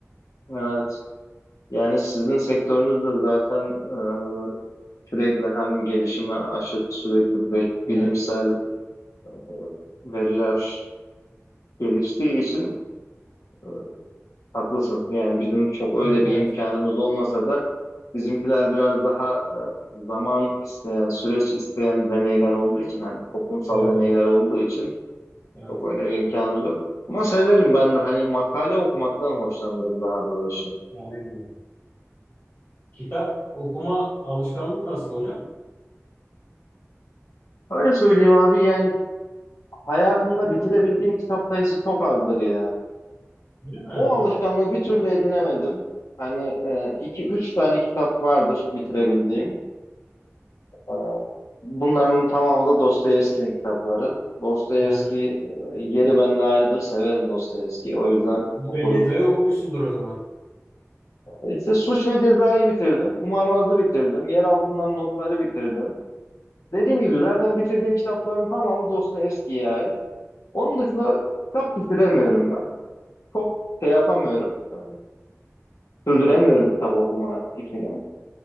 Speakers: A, on the left; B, on the left.
A: evet. Yani sizin sektörünüz de zaten e, sürekli hem gelişime aşık sürekli be-
B: Evet.
A: bilimsel e, veriler geliştiği için e, haklısın. Yani bizim çok öyle
B: Evet.
A: bir
B: Evet.
A: imkanımız olmasa da bizimkiler biraz daha e, zaman isteyen, süreç isteyen deneyler olduğu için hani toplumsal
B: Evet.
A: deneyler olduğu için
B: Evet.
A: çok öyle bir imkanımız yok. Ama severim ben de hani makale okumaktan hoşlanırım daha doğrusu.
B: Yani ne bileyim. Kitap okuma alışkanlığı nasıl hocam?
A: Öyle söyleyeyim abi yani Hayatımda bitirebildiğim kitap sayısı çok azdır ya.
B: Değil mi?
A: O
B: Ha.
A: alışkanlığı bir türlü edinemedim. Hani e, iki üç tane kitap vardır bitirebildiğim. E, bunların tamamı da Dostoyevski'nin kitapları. Dostoyevski
B: Ha.
A: e, yeri bende ayrıdır. Severim Dostoyevski'yi. O yüzden
B: Ve
A: okurum.
B: Geza'yı okumuşsundur o zaman.
A: İşte Suç ve Ceza'yı bitirdim. Kumarbaz'ı bitirdim. Yer altından notları bitirdim. Dediğim gibi zaten bitirdiğim kitapların tamamı Dostoyevski'ye ait. Onun dışında kitap bitiremiyorum ben. Çok şey yapamıyorum. E, sürdüremiyorum kitap okuma için ya.